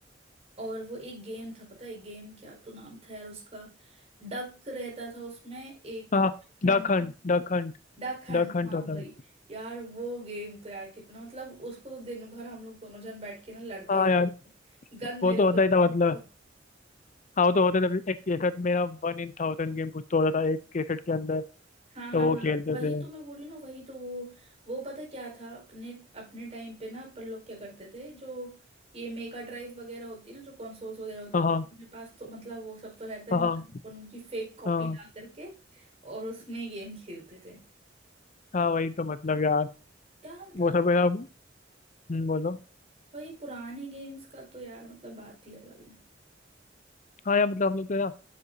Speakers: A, on the right (about 35°); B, on the left (about 40°).
A: और वो एक गेम था पता है एक गेम क्या तो नाम था यार उसका डक रहता था उसमें एक
B: हाँ
A: हंटिंग
B: duck hunt duck hunt
A: डक हंट
B: duck hunt
A: हाँ
B: होता
A: वही यार वो गेम तो यार कितना मतलब उसको दिन भर हम लोग दोनों जन बैठ के ना लड़ते
B: था हाँ यार
A: गन
B: वो
A: मेरे
B: तो होता
A: को दो
B: ही था मतलब हाँ वो तो होता था एक केसट मेरा वन इन थाउजेंड गेम कुछ तो होता था एक केसट के अंदर
A: हाँ हाँ
B: तो
A: हाँ
B: वो खेलते
A: वही
B: थे
A: तो मैं बोल रही हूँ ना वही तो वो वो पता क्या था अपने अपने टाइम पे ना अपन लोग क्या करते थे जो ये मेगा ड्राइव वगैरह होती है ना जो कंसोल्स वगैरह होते
B: हाँ
A: हैं
B: हाँ
A: तो अपने पास तो मतलब वो सब तो रहता नहीं
B: हाँ हाँ
A: था तो अपन उनकी फेक कॉपी
B: हाँ
A: ला करके और उसमें गेम खेलते थे
B: हाँ वही तो मतलब यार
A: यार मतलब
B: वो सब है ना हम्म, बोलो
A: वही पुराने गेम्स का तो यार मतलब बात ही अलग है
B: हाँ यार मतलब हम लोग तो है ना